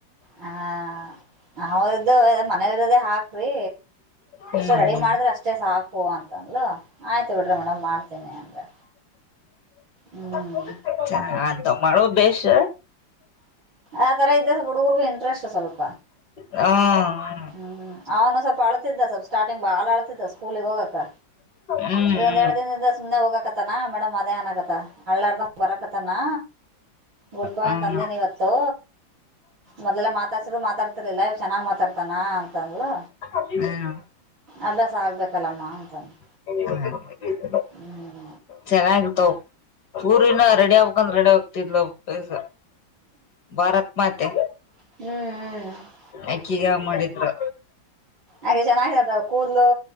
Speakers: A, on the right; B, on the left.
A: ಹ ಅವ್ರ್ದು ಮನೇಲಿರೋದೆೇ ಹಾಕ್ರಿ
B: ಹ್ಮ್ ಹ್ಮ್
A: ಅಷ್ಟೇ ರೆಡಿ ಮಾಡಿದ್ರೆ ಅಷ್ಟೇ ಸಾಕು ಅಂತಂದ್ಲು ಆಯ್ತು ಬಿಡ್ರಿ ಮೇಡಮ್ ಮಾಡ್ತೀನಿ ಅಂದೆ ಹ್ಮ್
B: ಹೂ ಚೆನ್ನಾಗಿ ಮಾಡುದು ಬೇಸ್
A: ಆ ತರಾ ಇದ್ದ ಹುಡುರ್ಗೂ ಇಂಟ್ರೆಸ್ಟ್ ಸ್ವಲ್ಪ್
B: ಹ
A: ಹು ಹುಂ ಅವನು ಸ್ವಲ್ಪ ಅಳತ್ತಿದ್ದ ಸ್ವಲ್ಪ್ ಸ್ಟಾರ್ಟಿಂಗ್ ಬಾಳ ಅಳತಿದ್ದಾ ಸ್ಕೂಲಿಗೆ ಹೋಗಕೆ
B: ಹ್ಮ್
A: ಈಗ
B: ಹ್ಮ್
A: ಒಂದ್ ಎರಡು ದಿನದಿಂದ ಸುಮ್ನೆ ಹೋಗಾಕತ್ತ ಮೇಡಮ್ ಅದೇ ಅನಾಗತ್ತ ಅಳ್ಳಾರದ್ ಬರಕತನಾ ಗುಡ್ ಬಾಯ್
B: ಹ್ಮ್
A: ಅಂತಾ ತಂದೆನ
B: ಹ್ಮ್
A: ಇವತ್ತು ಮೊದಲ ಮಾತಡ್ಸಿದ್ರು ಮಾತಾಡುತ್ತಿರಲ್ಲಿಲ್ಲಾ ಇವಾಗ ಚೆನ್ನಾಗಿ ಮಾತಾಡ್ತಾನ ಅಂತಂದ್ಲೂ
B: ಹುಂ
A: ಅಭ್ಯಾಸ ಆಗ್ಬೇಕಲ್ಲಮ್ಮ ಅಂತಂದೇ
B: <unintelligible>
A: ಹುಂ
B: ಚೆನ್ನಾಗಿತಾವ ಊರಿನ ರೆಡಿ ಆಗ್ಕಂದ ರೆಡಿ ಆಗ್ತಿದ್ಲು ಬ್ಯಸ ಭಾರತ ಮಾತೆ
A: ಹುಂ
B: ಅಕ್ಕಿಗೆ ಮಾಡಿದ್ರ
A: ಆಕೆ ಚೆನ್ನಾಗಿ ಇದಾಳೆ ಕೂದಲು